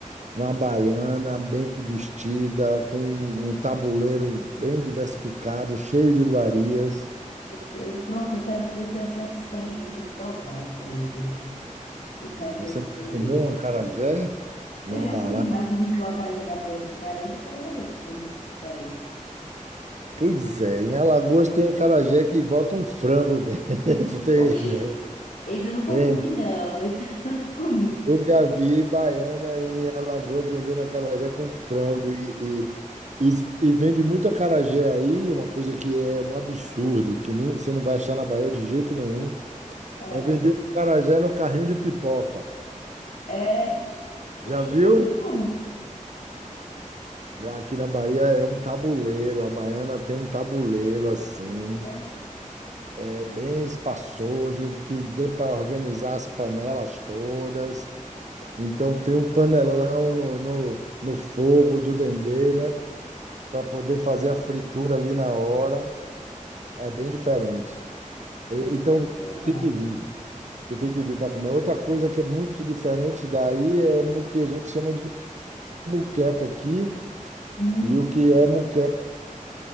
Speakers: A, on the right; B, on the left.
A: uma baiana bem vestida, com um tabuleiro bem diversificado, cheio de iguarias.
B: Eu, pronto, eu quero, eu quero ter essa experiência de provar isso aí, entendeu? Eu quero ter
A: Você
B: essa
A: nunca
B: experiência.
A: comeu um acarajé? Um
B: Eu
A: abará?
B: já comi, mas dizem que o acarajé da Bahia é diferente, eu quero saber o que é que tem de diferente.
A: Pois é, em Alagoas tem acarajé que bota um frango dentro, <laughs> tem,
B: Oxi,
A: né?
B: esse eu nunca
A: Tem.
B: comi, não, esse eu nunca comi.
A: Eu já vi baiana em Alagoas vendendo acarajé com frango e, e, e, e vende muito acarajé aí, uma coisa que é um absurdo, que não, você não vai achar na Bahia de jeito nenhum,
B: Ah,
A: é vender acarajé no carrinho de pipoca.
B: É.
A: Já
B: Oxi,
A: viu?
B: ele como?
A: Aqui na Bahia é um tabuleiro, a baiana tem um tabuleiro assim,
B: Ué?
A: É bem espaçoso, porque dê para organizar as panelas todas. Então, tem um panelão no, no, no fogo do dendê, né? Para poder fazer a fritura ali na hora. É bem diferente. E-
B: Pois eu
A: Então,
B: quero provar.
A: tem que vir. Você tem que vir para comer. Outra coisa que é muito diferente daí é o que a gente chama de muqueca aqui
B: Sim,
A: e o que é muqueca.